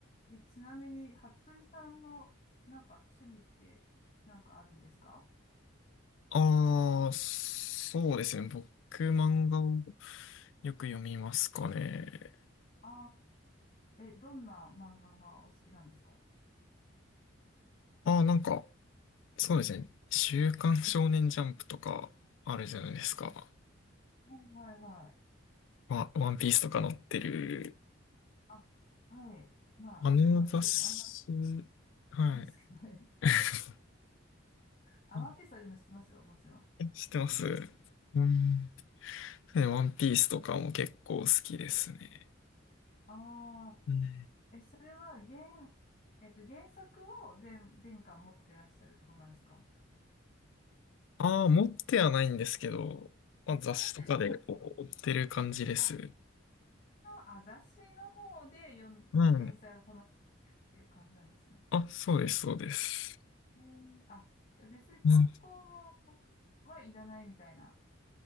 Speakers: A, on the left; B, on the left.
A: え、ちなみに、服部さんの、なんか、趣味って、なんかあるんですか
B: ああー、そうですね。僕、漫画をよく読みますかね。
A: ああー、え、どんな漫画がお好きなんですか
B: ああ、なんか、そうですね。週刊少年ジャンプとかあるじゃないですか。
A: はいはいはい。
B: まあ、ワンピースとか載ってる、
A: あ、はい。まあ、
B: あの雑誌、
A: そう、そうですね。あんまり知
B: はい。
A: らないですけど、はい。
B: <laughs>
A: あ、
B: うん
A: ワンピースはでも知ってますよ。もちろん。
B: 知ってます
A: 知ってますよ。
B: うん。ね、ワンピースとかも結構好きですね。
A: ああ、
B: うん。
A: え、それは原、えっと、原作を全、全巻持ってらっしゃるってことなんですか
B: ああ、持ってはないんですけど、まあ、雑誌とかでこう追ってる感じです。
A: あ、持ってないです。あ、あ、雑誌の方で読ん、
B: うん。
A: 連載を楽しんでるっていう感じなんですね。
B: あ、そうです、そうです。
A: へーあ、じゃあ別に単行本はいらないみたいな。
B: うん。